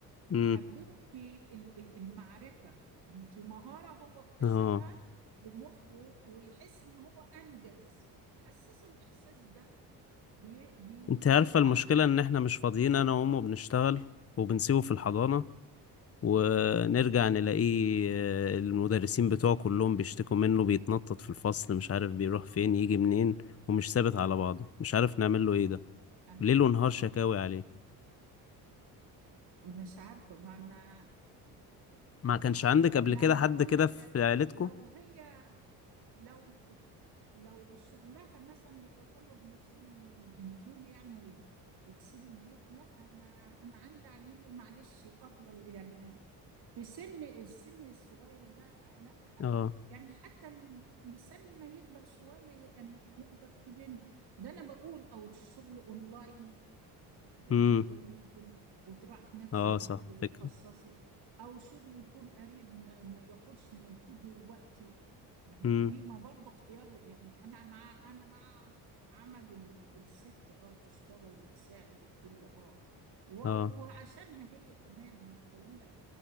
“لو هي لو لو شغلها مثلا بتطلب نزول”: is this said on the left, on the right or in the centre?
Right